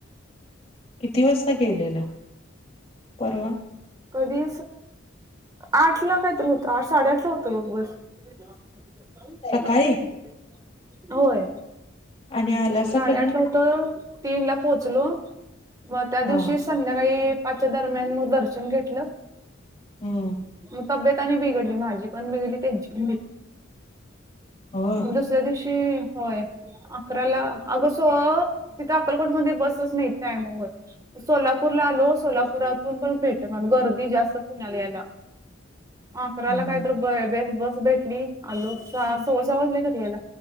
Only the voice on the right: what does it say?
कधी आठ ला काहीत होत आठ साडेआठ होत बघस. <unintelligible>
होय,
साडे
आठ ला होत तीन ला पोहोचलो. मग त्या दिवशी
संध्याकाळी पाच्या दरम्यान मग दर्शन घेतलं.
<inaudible> मग तब्यताने बिघडली माझी पण बिघडली त्यांची <unintelligible>
दुसऱ्या दिवशी होय अकराला अगस तिथे अक्कलकोटमध्येध्ये बसच नाही त्यायमर सोलापूरला आलो सोलापुरातून पण भेटणार गर्दी जास्त कण्याला यायला अकराला
काय तर ब बस बस भेटली आलोक सहा सव्सा वाजले तरी याला